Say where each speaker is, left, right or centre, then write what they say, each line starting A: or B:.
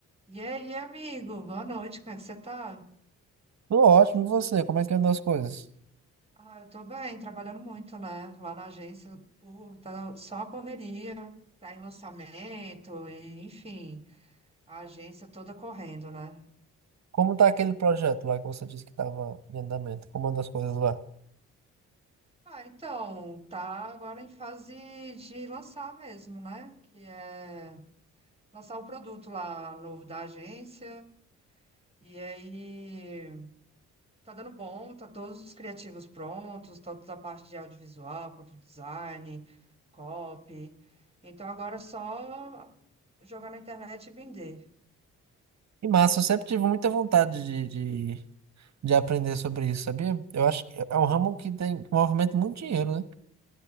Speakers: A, on the right; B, on the right.
A: E aí, amigo? Boa noite, como é que você tá?
B: Tô ótimo, e você? Como é que andam as coisas?
A: Ah, eu tô bem, trabalhando muito, né? Lá na agência, pô, tá só a correria, tá em lançamento, e, enfim, a agência toda correndo, né?
B: Como tá aquele projeto lá que você disse que tava em andamento? Como andam as coisas lá?
A: Ah, então, tá agora em fase de lançar mesmo, né? Que é lançar o produto lá novo da agência, e aí. Tá dando bom, tá todos os criativos prontos, tá toda a parte de audiovisual, quanto design, copy. Então agora é só jogar na internet e vender.
B: E massa, eu sempre tive muita vontade de, de, de aprender sobre isso, sabia? Eu acho que é um ramo que tem, que movimenta muito dinheiro, né?